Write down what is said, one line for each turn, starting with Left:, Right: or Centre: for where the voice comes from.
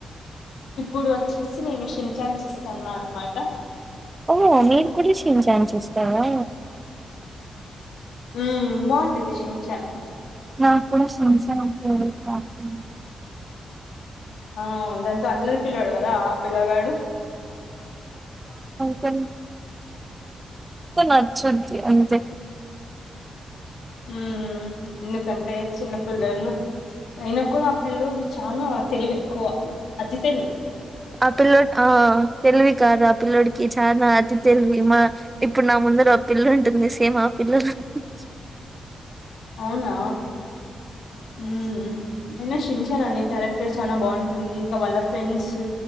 Left: ఇప్పుడు వచ్చేసి నేను శింజన్స్ ఇస్తాన్నా అనమాట
Right: ఓహో మీరు కూడా షిన్జాన్ చూస్తారా
Left: ఉమ్ బాగుంటుంది సించన్
Right: నాక్ కూడా సించన్ ఫేవరేట్ కార్టూన్
Left: ఆ దాంతో అల్లరి పిల్లడు కదా ఆ పిల్లగాడు
Right: ఉక్కే నచ్చుద్ది అంతే
Left: ఉమ్ ఎందుకంటే చిన్న పిల్లలు అయినా కూడా ఆ పిల్ల్లోడు చనా తెలివ ఎక్కువ అతి తెలివి
Right: ఆ పిల్లడ్ ఆ తెలివి కాదు ఆ పిలోడికి చాలా అతి తెలివి మా ఇప్పుడు నా ముందుర ఓ పిల్ల ఉంటుంది సేమ్ ఆ పిల్ <unintelligible>
Left: అవునా ఉహ్మ్ అయినా షించానునే క్యారెక్టర్ చాలా బాగుంటుంది ఇంకా వాళ్ళ ఫ్రెండ్స్